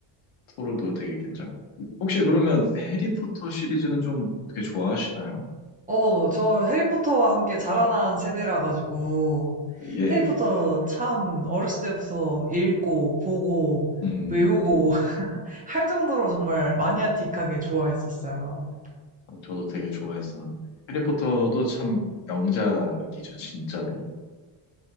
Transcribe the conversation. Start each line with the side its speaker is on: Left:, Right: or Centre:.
Left: 토르도 되게 괜찮고. 혹시 그러면 해리포터 시리즈는 좀 어떻게 좋아하시나요?
Right: 어, 저 해리포터와 함께 자라난 세대라 가지고
Left: 예,
Right: 해리포터
Left: 예.
Right: 참 어렸을 때부터 읽고 보고
Left: 음,
Right: 외우고
Left: 음.
Right: <laughs> 할 정도로 정말 마니아틱하게 좋아했었어요.
Left: 저도 되게 좋아했었는데. 해리포터도 참 명작이죠, 진짜로.